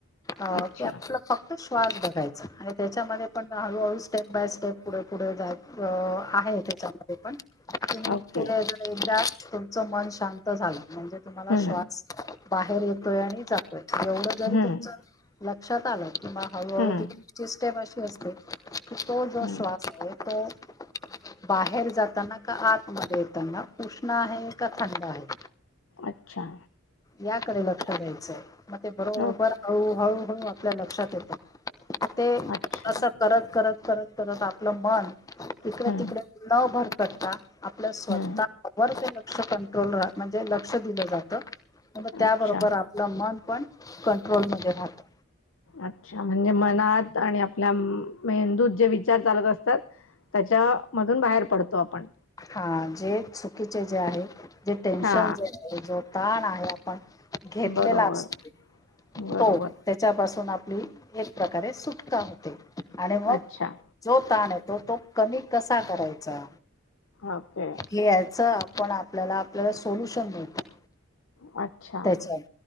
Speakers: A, on the left; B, on the left.
A: आप
B: अच्छा
A: फक्त श्वास बघायचा आणि त्याच्यामध्ये पण हळूहळू स्टेप बाय स्टेप पुढे पुढे आहे त्याच्यामध्ये पण तम
B: ओके
A: पुढे एकदा तुमचं मन शांत झालं म्हणजे तुम्हाला
B: हम्म
A: श्वास बाहेर येतोय आणि जातोय एवढं जरी
B: हम्म
A: तुमच लक्षात आलं कि म हळूहळू
B: हम्म
A: तची स्टेप अशी असते की तो जो
B: हम्म
A: श्वास आहे तो बाहेर जाताना का आतमध्ये येताना उष्ण आहे का थंड आहे.
B: अच्छा.
A: याकडे लक्ष द्यायचंय मग ते बरोबर
B: ओके
A: हळू हळू हळू आपल्या लक्षात येते ते
B: अच्छा
A: असं करत करत करत करत. आपलं मन तिकडे
B: हम्म
A: तिकडे न भरकटता आपल्या स्वतः
B: हम्म
A: वर ते लक्ष कंट्रोल म्हणजे लक्ष दिलं जात त्याबरोबर
B: अच्छा
A: लमन पण कंट्रोलमध्ये राहतं.
B: अच्छा म्हणजे मनात आणि आपल्या मेंदूत जे विचार चालत असतात. त्याच्या मधून बाहेर पडतो आपण
A: हा जे चुकीचे जे आहे जे टेन्शन
B: हा
A: जे आहे जो ताण आहे आपण घेतलेला
B: बरोबर
A: असतो
B: बरोबर
A: तो च्या पासून आपली एक प्रकारे सुटका होते आणि मग
B: अच्छा
A: जो ताण येतो तो कमी कसा करायचा.
B: ओके.
A: याच आपण आपल्याला आपल्याला सोल्युशन मिळतो.
B: अच्छा
A: त्याच्या